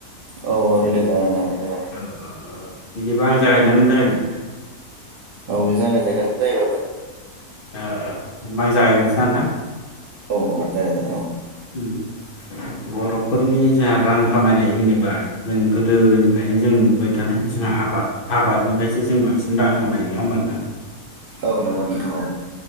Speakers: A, on the right (about 85°); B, on the left (about 45°).
A: औ औ रायलाय जागोन नोंथां रायलाय जागोन।
B: ओ ओ ओ बिदिबा आं जागायनो ना नों जागायनो?
A: औ जागाय जागोन जायोबाबो।
B: ओ ओमबा आं जागायगोरनोसै ना नोंथां?
A: औ औ जागाय जागाय औ।
B: उम बर'फोरनि जोंहा रां खामायनाय होनोबा जों गोदोनिफ्रायनो जों नुबाय थानाय जोंहा आबाद आबादनिफ्रायसो जों बांसिन रां खामायो नङा होमबा नोंथां?
A: औ नंगौ नोंथां औ।